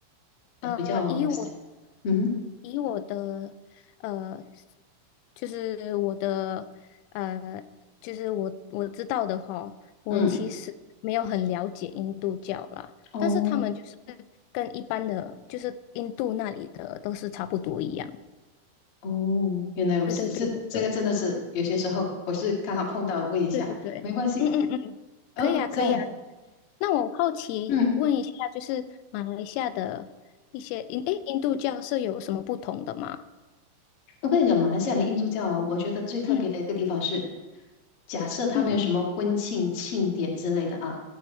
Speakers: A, on the left; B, on the left.
A: 呃比较
B: 嗯，呃，以我
A: 嗯哼
B: 以我的呃，就是我的呃，就是我我知道的话，我其实没有很了解印度教啦，
A: 嗯，哦
B: 但是他们就是跟一般的，就是印度那里的都是差不多一样。
A: 哦，原来如此，
B: 对嗯对对对对
A: 这这个真的是有些时候我是刚好碰到，问一下，
B: 对对对，
A: 没关系。
B: 嗯嗯嗯，
A: 嗯，
B: 可以啊可以啊。
A: 在
B: 那我好奇问一下，
A: 嗯。
B: 就是马来西亚的一些印诶印度教是有什么不同的吗？
A: 我跟你讲，马来西亚的印度教哦，我觉得最特别的一个地方是，
B: 嗯
A: 假设他们有什么婚庆庆典之类的啊，
B: 嗯嗯